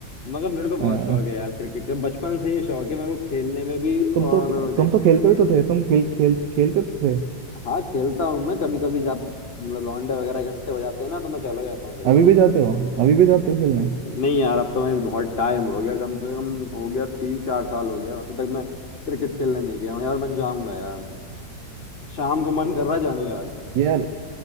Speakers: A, on the left; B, on the right.
A: मगर मेरे को बहुत
B: अ,
A: शौक है यार क्रिकेट का बचपन से ही शौक है मेरे को खेलने में भी
B: तुम
A: और
B: तो
A: देखने
B: तुम तो खेलते
A: में भी
B: ही तो थे तुम खेल खेल खेलते तो थे
A: हाँ खेलता हूँ मैं कभी कभी जब मतलब लौंडे वगैरह इकट्ठे हो जाते हैं ना तो मैं चला जाता हूँ खेलने
B: अभी भी जाते हो अभी भी जाते हो खेलने
A: नहीं यार अब तो मैं भी बहुत टाइम हो गया कम से कम हो गया तीन चार साल हो गया अभी तक मैं क्रिकेट खेलने नहीं गया हूँ यार मैं जाऊंगा यार शाम को मन कर रहा है जाने का आज
B: यार